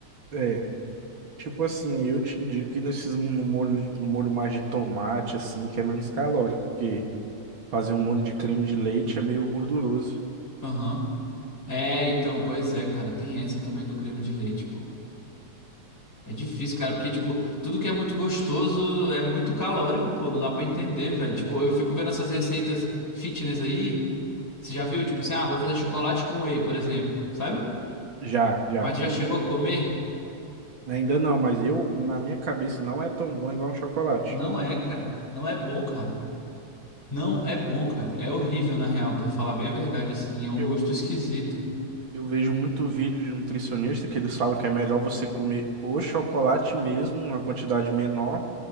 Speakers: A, on the right; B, in the centre.
A: É. Tipo assim, eu te indico ir nesses no molho, no molho mais de tomate, assim, que é menos calórico, porque fazer um molho de creme de leite é meio gorduroso.
B: Aham. É, então, pois é, cara, tem essa também do creme de leite, pô. É difícil, cara, porque, tipo, tudo que é muito gostoso é muito calórico, pô, não dá pra entender, velho. Tipo, eu fico vendo essas receitas fitness aí, você já viu? Tipo assim, ah, vou fazer chocolate com whey, por exemplo, sabe?
A: Já, já.
B: Mas tu já chegou a comer?
A: Ainda não, mas eu, na minha cabeça, não é tão bom igual um chocolate.
B: Não é, cara. Não é bom, cara. Não é bom, cara. É horrível, na real, pra falar bem a verdade, assim. É um
A: Eu,
B: gosto esquisito.
A: Eu vejo muito vídeo de nutricionista que eles falam que é melhor você comer o chocolate mesmo, uma quantidade menor,